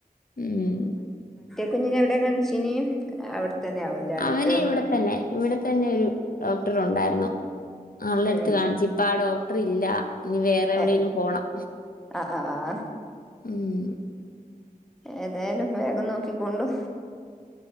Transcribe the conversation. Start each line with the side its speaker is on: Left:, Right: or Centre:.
Left: ഉം
Centre: കുഞ്ഞിനെ എവിടെ കാണിച്ചിന് അവിട തന്നെ അവന്റെ അടുത്ത
Left: അവന് ഇവിടെ തന്നെ ഇവിടെ തന്നെ ഒരു ഡോക്ടർ ഉണ്ടായിരുന്നു അവൾടെടുത്ത്
Centre: ഉം
Left: കാണിച്ചു ഇപ്പ ആ ഡോക് റില്ല ഇനി വേറെ
Centre: ഏ
Left: എവിടെലും പോണം
Centre: ആഹ് ആഹ്
Left: ഉം
Centre: ഏതായാലും വേഗം നോക്കിക്കൊണ്ടു